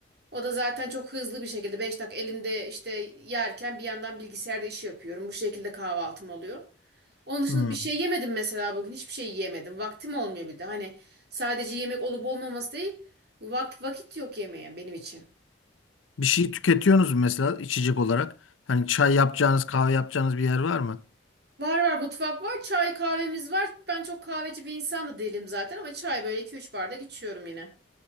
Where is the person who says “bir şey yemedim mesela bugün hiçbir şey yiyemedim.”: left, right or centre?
Right